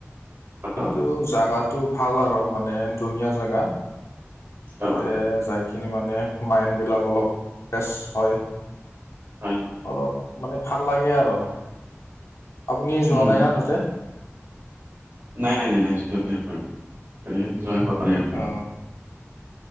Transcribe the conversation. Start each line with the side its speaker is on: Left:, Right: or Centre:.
Left: কিন্তু
Right: অ
Left: জোগাটো ভাল আৰু মানে ধুনীয়া জেগা তাতে
Right: অ
Left: যাইখিনি মানে মাইণ্ডবিলাক অলপ ফ্ৰেছ হয়।
Right: হয় হয়
Left: অলপ মানে ভাল লাগে আৰু। আপুনি যোৱা
Right: উম।
Left: নাই না তাতে?
Right: নাই-নাই-নাই-নাই যোৱা নাই বাৰু যোৱা হোৱা নাই আৰু।
Left: অ।